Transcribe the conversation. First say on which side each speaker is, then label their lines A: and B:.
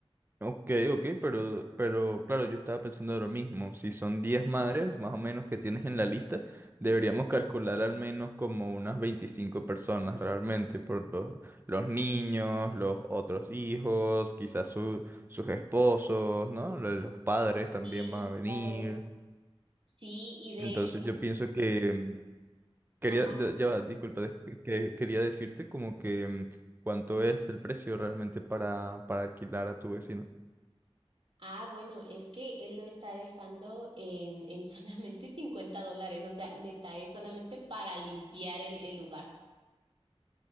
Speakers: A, on the right; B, on the right.
A: Ok, ok, pero, pero claro, yo estaba pensando de lo mismo. Si son 10 madres, más o menos, que tienes en la lista, deberíamos calcular al menos como unas 25 personas realmente, por los, los niños, los otros hijos, quizás su- sus esposos, ¿no? Lo- Los padres también
B: Sí,
A: van a venir.
B: claro. Sí, y de
A: Entonces
B: hecho,
A: yo pienso que... mm, Quería,
B: ajá.
A: de- ya va, disculpa, des- que quería decirte como que mm, cuánto es el precio realmente para, para alquilar a tu vecino.
B: Ah, bueno, es que él lo está dejando en, en <laughs> solamente 50 dólares, o sea, neta, es solamente para limpiar el, el lugar.